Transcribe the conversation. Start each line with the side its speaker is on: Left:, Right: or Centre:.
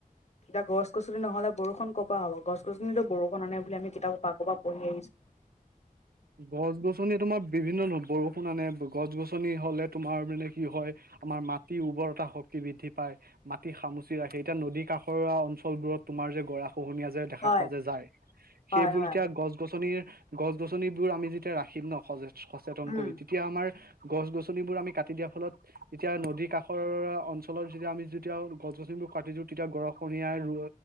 Left: এতিয়া গছ গছনি নহলে বৰুষন ক পা হব গছ-গছনিতো বৰুষণ আনে বুলি আমি কিতাপত আগৰপৰা পঢ়ি আহিছো।
Right: গছ-গছনি তোমাৰ বিভিন্ন ন বৰষুণ আনে গছ -গছনি হলে তোমাৰ মানে কি হয় আমাৰ মাটিৰ উৰ্বৰতা শক্তি বৃদ্ধি পায়। মাটি সামুচি ৰাখে এতিয়া নদী কাষৰোয়া অঞ্চলবোৰত তোমাৰ যে গৰা খহনীয়া যে দেখা
Left: হয়
Right: পোৱা যে যায় সেইবোৰ
Left: হয় হয়
Right: এতিয়া গছ-গছনিৰ, গছ-গছ গছনিবোৰ আমি যেতিয়া ৰাখিম ন সজে সচেতন
Left: উম
Right: কৰি তেতিয়া আমাৰ গছ গছনিবোৰ আমি কাটি দিয়াৰ ফলত ইতিয়া নদী কাষৰ অঞ্চলত যেতিয়া আমি যেতিয়াও গছ-গছনিবোৰ কাটি দিও তেতিয়া গৰাখহীয়ায় ৰ